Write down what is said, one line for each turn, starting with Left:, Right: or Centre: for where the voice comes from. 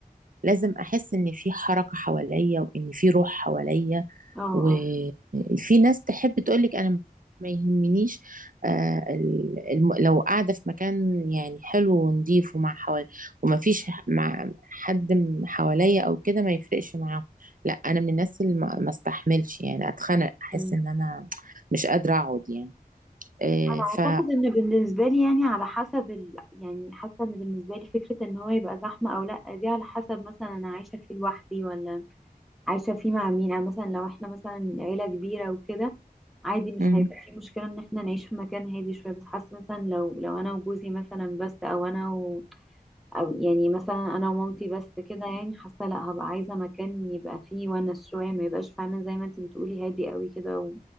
Right: لازم احس ان في حركة حواليا وان في روح حواليا
Centre: اه
Right: وفي ناس تحب تقولك انا ما يهمنيش آه ال- الم... لو قاعده في مكان يعني حلو ونضيف ومع حوالي وما فيش ح- مع حد م- حواليا او كده ما يفرقش معاهم لا انا من الناس اللي ما ما استحملش يعني اتخنق احس
Centre: اه
Right: ان انا مش قادره اقعد يعني آه
Centre: انا اعتقد
Right: ف
Centre: ان بالنسبه لي يعني على حسب ال... يعني حاسه ان بالنسبه لي فكره ان هو يبقى زحمه او لا دي على حسب مثلا انا عايشه فيه لوحدي ولا عايشه فيه مع مين او مثلا لو احنا مثلا عيله كبيره وكده عادي مش
Right: مم.
Centre: هيبقى في مشكله ان احنا نعيش في مكان هادي شويه بس حاسه مثلا لو لو انا وجوزي مثلا بس او انا و... او يعني مثلا انا ومامتي بس كده يعني حاسه لا هبقى عايزه مكان يبقى فيه ونس شويه ما يبقاش فعلا زي ما انت بتقولي هادي قوي كده و...